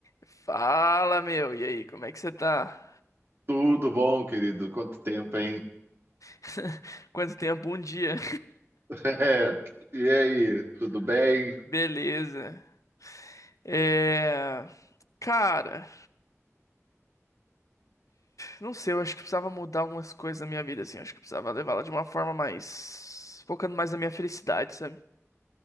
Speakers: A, on the left (about 85°); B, on the right (about 45°).
A: Fala, meu. E aí, como é que você tá?
B: Tudo bom, querido? Quanto tempo, hein?
A: <laughs> Quanto tempo? Um dia.
B: <laughs> É. E aí, tudo bem?
A: Beleza. É. Cara, não sei, eu acho que precisava mudar algumas coisas na minha vida, assim. Acho que precisava levá-la de uma forma mais. Focando mais na minha felicidade, sabe?